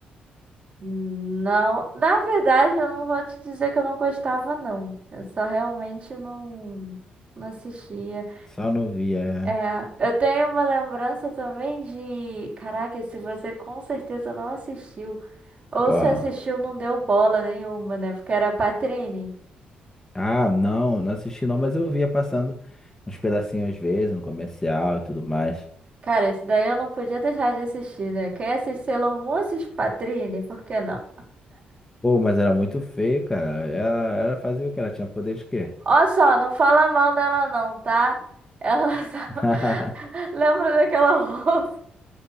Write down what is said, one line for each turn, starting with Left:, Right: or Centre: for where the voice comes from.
Right: Não. Na verdade, eu não vou te dizer que eu não gostava, não. Eu só realmente não, não assistia.
Left: Só não via. é.
Right: É, eu tenho uma lembrança também de. Caraca, se você com certeza não assistiu. Ou
Left: Qual?
Right: se assistiu, não deu bola nenhuma, né? Porque era Patrine.
Left: Ah, não, não assisti não, mas eu via passando uns pedacinhos às vezes no comercial e tudo mais.
Right: Cara, esse daí eu não podia deixar de assistir, né? Quem assiste Sailor Moon assiste Patrine, por que não?
Left: Pô, mas era muito feio, cara. Ela, ela fazia o quê? Ela tinha poder de quê?
Right: Ó só, não fala mal dela não, tá? Ela só...
Left: <laughs>
Right: <laughs> Lembra daquela roupa?